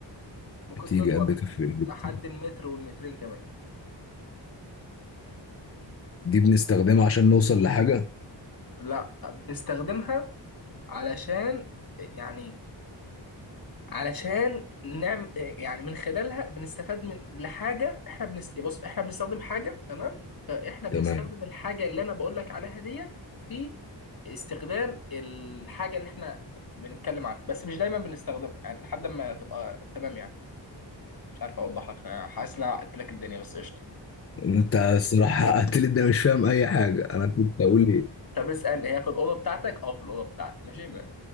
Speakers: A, on the left; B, on the left.
A: ممكن
B: بتيجي
A: تطول
B: قد كف الإيد
A: لحد المتر والمترين كمان
B: دي بنستخدمها عشان نوصل لحاجة؟
A: لا بنستخدمها علشان يعني علشان نعمل يعني من خلالها بنستفاد من لحاجه احنا بنست... بص احنا بنستخدم حاجه تمام فاحنا بنستخدم
B: تمام
A: الحاجه اللي انا بقول لك عليها ديت في استخدام الحاجه اللي احنا بنتكلم عنها بس مش دايما بنستخدمها يعني لحد ما تبقى تمام يعني مش عارف اوضح لك انا حاسس ان انا عقدت لك الدنيا بس قشطه
B: أنت الصراحة حققت لي ده مش فاهم أي حاجة أنا كنت أقول إيه
A: طب اسال هي في الاوضه بتاعتك اه في الاوضه بتاعتي ماشي ما.